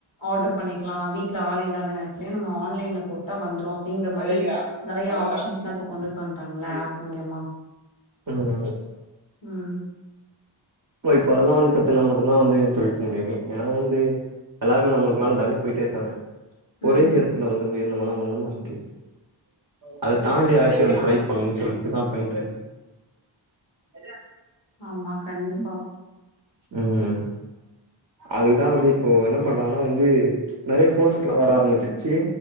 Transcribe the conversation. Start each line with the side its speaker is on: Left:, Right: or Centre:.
Left: ஆர்டர் பண்ணிக்கலா வீட்டுல ஆள் இல்லாத நேரத்துலயே நம்ம ஆன்லைன்ல போட்டா வந்துரு அப்டிங்க
Right: அதே
Left: மாரி
Right: இல்லையா
Left: நறைய
Right: அதெல்லாம்
Left: ஆப்ஷன்ஸ்லா இப்ப கொண்டுட்டு வந்ட்டாங்கல்ல
Right: சரி
Left: ஆப் மூலியமா
Right: ம்
Left: ம்
Right: இப்ப இப்போ அதெல்லா வந்து கத்துகினா மட்டுந்தா வந்து இப்ப முடியுமே ஏன்னா வந்து எல்லாருமே நம்மளுக்கு மேல தாண்டி போயிட்டே இருக்காங்க
Left: ம்
Right: ஒரே எடத் குள்ள வந்து விழுந்தம்முனா ஒண்ணு பண்ண முடியாது அத தாண்டி எதாச்சு ஒன்னு ட்ரை பண்ணு சொல்ட்டுதா பண்ணிட்டு நெறையா
Left: ஆமா கண்டிப்பா
Right: ம், ம் அதுதா வந்து இப்போ என்ன பண்றாங்கனா வந்து நெறைய கோர்ஸஸ்லா வர ஆரம்பிச்சிடுச்சு